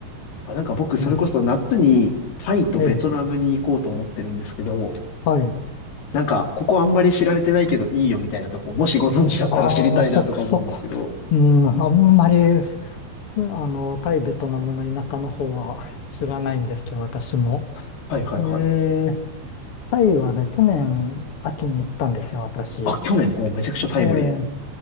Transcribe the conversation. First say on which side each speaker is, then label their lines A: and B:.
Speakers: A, on the left; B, on the left.
A: あ、なんか僕、それこそ夏にタイとベトナムに行こうと思ってるんですけど、
B: ね。ええ、はい。
A: なんか、ここあんまり知られてないけどいいよみたいなとこ、もしご存知だったら知りたいなとか思うんですけど。
B: ああ、そ、そこ。うん、あんまり、あの、タイ、ベトナムの田舎の方は知らないんですけど、私も。
A: はいはいはい。
B: ええタイはね、去年秋に行ったんですよ、私。
A: あ、
B: え
A: 去年、お、めちゃくちゃタイムリーですね。
B: え